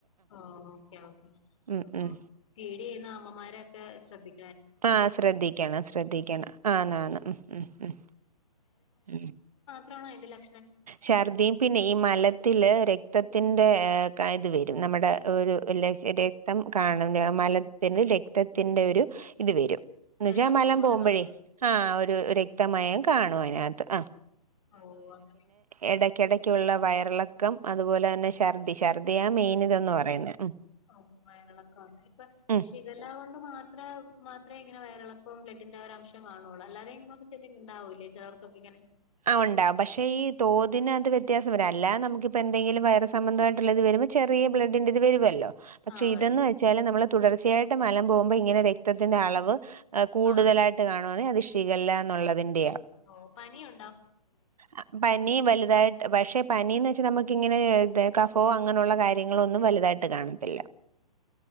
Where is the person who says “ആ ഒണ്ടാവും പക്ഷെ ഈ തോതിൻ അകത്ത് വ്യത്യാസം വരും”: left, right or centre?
Right